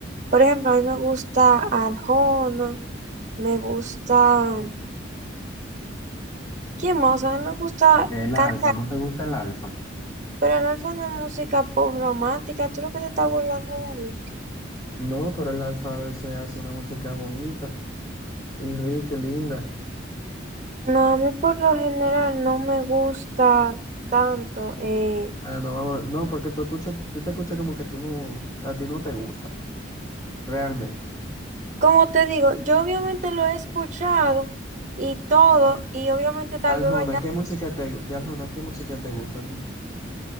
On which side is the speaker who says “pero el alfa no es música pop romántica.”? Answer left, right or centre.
Right